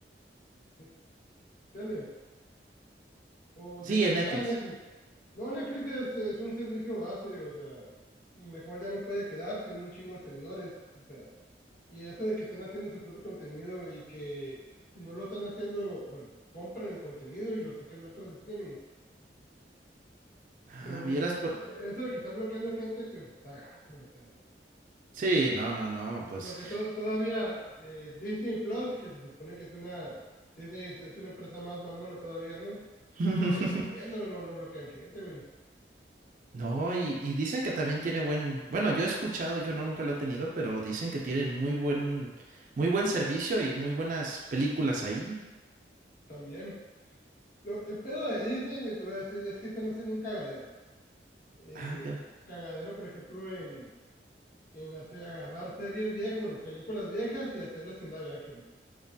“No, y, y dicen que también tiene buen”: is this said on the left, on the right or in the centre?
Right